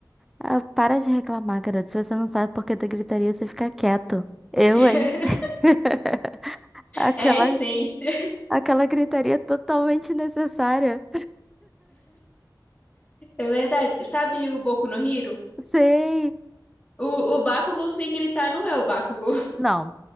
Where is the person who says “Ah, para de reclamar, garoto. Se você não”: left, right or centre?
Centre